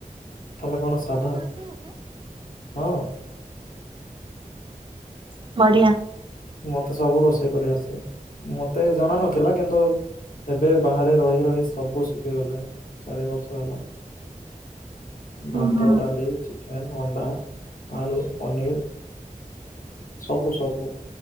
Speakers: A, on the left; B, on the right.
A: ତମେ କଣ ସାଧା? ହଁ।
B: ବଢିଆ।
A: ମତେ ସବୁ ରୋଷେଇ କରି ଆସେ, ମତେ ଜଣା ନଥିଲା କିନ୍ତୁ ଏବେ ବାହାରେ ରହି ରହି ସବୁ ଶିଖିଗଲାଣି ଚାରି ବର୍ଷ ହେଲା।
B: ହୁଁ
A: ଭାତ,
B: ହୁଁ
A: ଡାଲି, ଚିକେନ, ଅଣ୍ଡା, ଆଳୁ, ପନିର ସବୁ ସବୁ